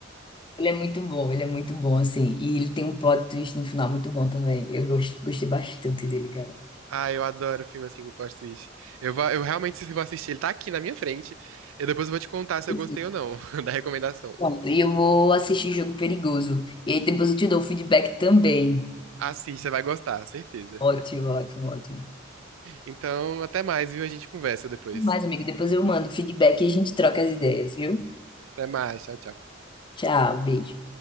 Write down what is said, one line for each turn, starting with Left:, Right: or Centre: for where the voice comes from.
Left: Ele é muito bom, ele é muito bom, assim. E ele tem um plot twist no final muito bom também. Eu gost- gostei bastante dele, cara.
Right: Ah, eu adoro filme assim com plot twist. Eu, vou, eu realmente vou assistir, ele tá aqui na minha frente. Eu depois vou te contar se
Left: Enfim,
Right: eu gostei ou não <laughs> da recomendação.
Left: Pronto, e eu vou assistir Jogo Perigoso. E aí depois eu te dou o feedback também.
Right: Assista, vai gostar, certeza.
Left: Ótimo, ótimo, ótimo.
Right: Então, até mais, viu? A gente conversa depois.
Left: Mas, amigo, depois eu mando feedback e a gente troca as ideias, viu?
Right: Até mais, tchau, tchau.
Left: Tchau, beijo.